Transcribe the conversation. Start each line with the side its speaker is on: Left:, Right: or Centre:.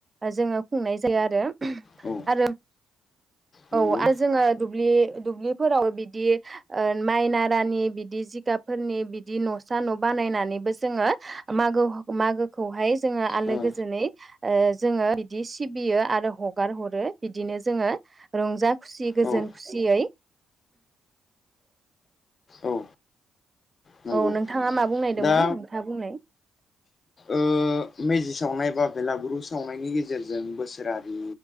Right: जोङो खुंनाय जायो आरो
Left: औ
Right: आरो
Left: नंगौ
Right: औ जोङो दुब्लि दुब्लिफोरावबो बिदि ओ माइ नारानि बिदि जिगाबफोरनि बिदि न'सा न' बानायनानैबो जोङो मागोख मागो खौहाय जोङो आलो
Left: औ
Right: गोजोनै जोङो बिदि सिबियो आरो हगार हरो बिदिनो जोङो रंजा खुसि गोजोन
Left: औ
Right: खुसियै
Left: औ नंगौ
Right: औ नों नोंथाङा मा बुंनायदोंमोन
Left: दा
Right: नोंथाङा बुंनाय।
Left: ओ मेजि सावनाय बा बेलागुरु सावनायनि गेजेरजों बोसोरारि